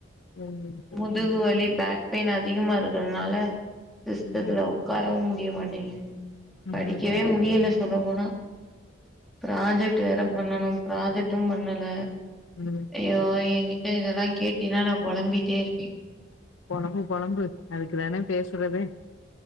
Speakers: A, on the left; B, in the centre.
A: ம் புரியுது.
B: முதுகு வலி பேக் பெயின் அதிகமா இருக்கிறதுனால சிஸ்டத்துல
A: ம்
B: உக்காரவு முடிய மாட்டேங்குது
A: ம்
B: படிக்கவே
A: ம்
B: முடியல சொல்ல போனா ப்ராஜெக்ட் வேற பண்ணணு ப்ராஜெக்ட்டு பண்ணல
A: ம் ம்
B: ஐயோ எங் கிட்ட இதெல்லா கேட்டினா நா பொலம்பிட்டே இருப்பே
A: பொலம்பு பொலம்பு அதுக்குதான பேசுறதே